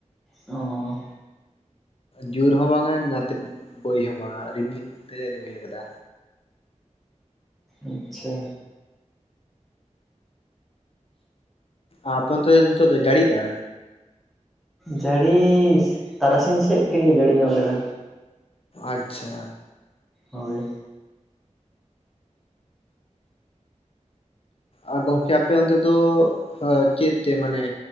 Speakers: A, in the centre; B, on the left.
A: ᱚ
B: ᱡᱳᱨ ᱦᱚᱸ ᱵᱟᱝᱟ ᱚᱱᱟᱛᱮ ᱵᱟᱹᱭ ᱦᱚᱸ ᱵᱟᱝᱟ ᱨᱤᱢᱤᱞ ᱛᱮᱜᱼᱮ ᱨᱤᱢᱤᱞ ᱟᱠᱟᱫᱟ
A: ᱟᱪᱪᱷᱟ
B: ᱟᱯᱮ ᱚᱱᱛᱮ ᱫᱚ ᱱᱤᱛᱚᱜ ᱫᱚ ᱡᱟᱹᱲᱤᱭᱫᱟ
A: ᱡᱟᱹᱲᱤ ᱛᱟᱨᱟᱥᱤᱧ ᱥᱮᱫ ᱮ ᱡᱟᱹᱲᱤ ᱧᱚᱜ ᱞᱮᱫᱟ
B: ᱟᱪᱪᱷᱟ
A: ᱦᱳᱭ
B: ᱟᱨ ᱜᱚᱝᱠᱮ ᱟᱯᱮ ᱚᱱᱛᱮ ᱫᱚ ᱪᱮᱫ ᱛᱮ ᱢᱟᱱᱮ